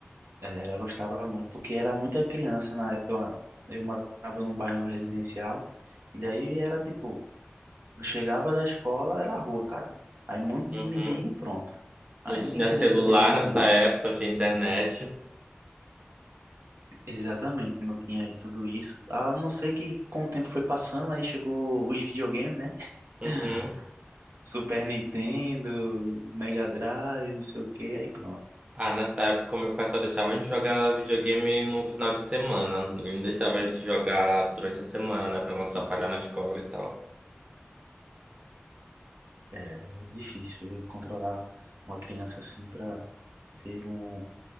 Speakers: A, on the right; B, on the right.
A: Era, eu gostava muito, porque era muita criança na época. Eu morava num bairro residencial, e daí era tipo, eu chegava da escola, era rua, cara. Aí um monte de
B: Uhum.
A: menino, pronto. Aí
B: Não tinha
A: ninguém queria
B: celular
A: saber de casa,
B: nessa
A: não.
B: época, eu tinha internet.
A: Exatamente, não tinha aí tudo isso. A não ser que com o tempo foi passando, aí chegou os videogames, né?
B: Uhum.
A: <sighs> Super Nintendo, Mega Drive, não sei o que, aí pronto.
B: Ah, nessa época meu pai só deixava a gente jogar videogame no final de semana. Ele não deixava a gente jogar durante a semana pra não atrapalhar na escola e tal.
A: É difícil viu, controlar uma criança assim pra ter um